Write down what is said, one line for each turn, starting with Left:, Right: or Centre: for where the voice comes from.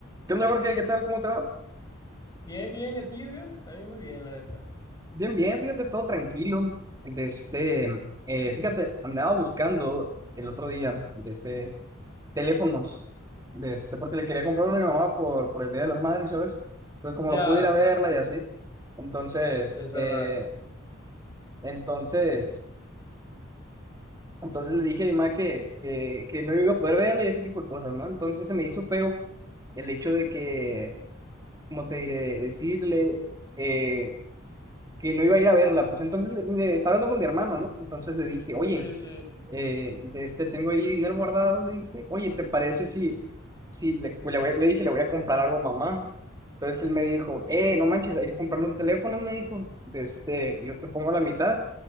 Right: ¿Qué onda, Jorge? ¿Qué tal? ¿Cómo te va?
Left: Bien, bien, ¿y a ti, Edgar? A mí muy bien, la neta.
Right: Bien, bien, fíjate, todo tranquilo. De este, eh, fíjate, andaba buscando el otro día de este, teléfonos, de este, porque le quería comprar uno a mi mamá por, por el Día de las Madres, ¿sabes? Entonces, como
Left: Ya,
Right: no pude ir a verla y así, entonces,
Left: es verdad.
Right: eh, entonces, entonces le dije a mi mamá que, que, que no iba a poder verla y ese tipo de cosas, ¿no? Entonces se me hizo feo el hecho de que, como te diré, decirle... eh, que no iba a ir a verla. Pues entonces le, le- estaba hablando con mi hermano, ¿no? Entonces le dije, oye,
Left: Sí, sí,
Right: eh, de este tengo ahí dinero guardado. Le dije, oye, ¿te parece si, si le, pues, le voy- le dije, le voy a comprar algo a mamá? Entonces él me dijo, eh, no manches, hay que comprarle un teléfono, me dijo. de Este, yo te pongo la mitad.